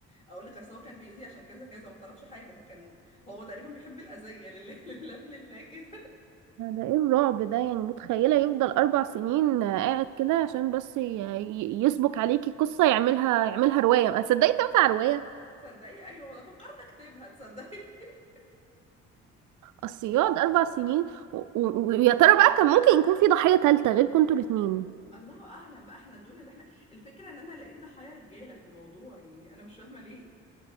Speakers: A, on the left; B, on the right.
A: اقول لك اصل هو كان بيأذي عشان كذا كذا ما طلبش حاجه هو كان هو تقريبا بيحب الاذيه لله <laughs> لله لله كده
B: ده ده ايه الرعب ده يعني متخيلة يفضل اربع سنين آه، قاعد كده عشان بس ي- ي- يسبك عليكي قصة يعملها يعملها رواية ما صدقي تنفع رواية
A: تصدقي ايوه والله فكرت اكتبها تصدقي <laughs>
B: اصل يقعد اربع سنين و- و- ويا ترى بقى كان ممكن يكون في ضحية تالتة غير كنتوا الاتنين
A: الله اعلم بقى احنا دول اللي احنا الفكره ان انا لقيت ضحايا رجاله في الموضوع يعني انا مش فاهمه ليه